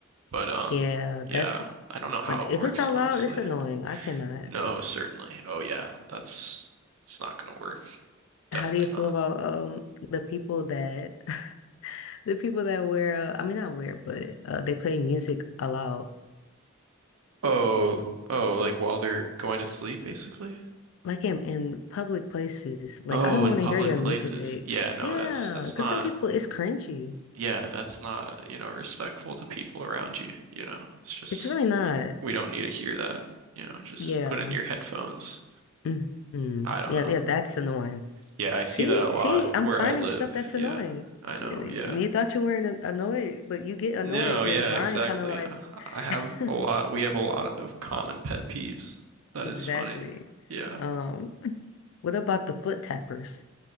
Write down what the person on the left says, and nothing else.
Yeah,
that's
but if
it's out
loud, it's annoying. I cannot.
How do you feel
about um the people that <laughs> the people that wear uh, I mean not wear but uh, they play music aloud
like in in public places like
I don't
want
to hear your
music
yeah
because
some people it's cringy
it's really not
yeah
hmm
yeah
yeah that's annoying
see
see
I'm
finding
stuff that's
annoying
and
you thought you weren't an- annoyed but you get annoyed
your mind
kind of like
<laughs>
exactly
um <laughs> what about the foot tappers